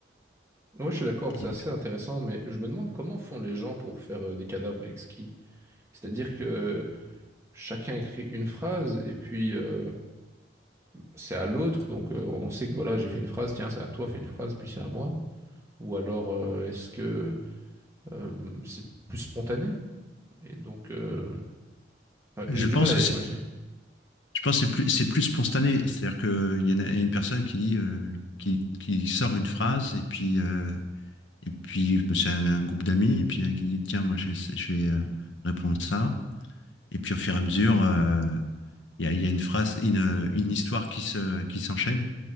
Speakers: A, on the right; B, on the left.
A: Ouais, je suis d'accord, c'est
B: Et
A: assez intéressant, mais je me demande comment font les gens pour faire euh, des cadavres exquis. C'est-à-dire que chacun écrit une phrase et puis euh, c'est à l'autre, donc euh, on sait que voilà, j'ai fait une phrase, tiens, c'est à toi, fais une phrase, puis c'est à moi. Ou alors euh, est-ce que euh, c'est plus spontané? Et donc, euh, enfin,
B: Je
A: j'ai du
B: pense
A: mal à
B: que c'est,
A: imaginer.
B: je pense que c'est plus, c'est plus spontané. C'est-à-dire qu'il y en il y a une personne qui dit, euh, qui, qui sort une phrase et puis, euh, et puis c'est un groupe d'amis et puis un qui dit, tiens, moi je vais, je vais euh, répondre ça. Et puis au fur et à mesure, euh, il y a, il y a une phrase, une, une histoire qui se, qui s'enchaîne.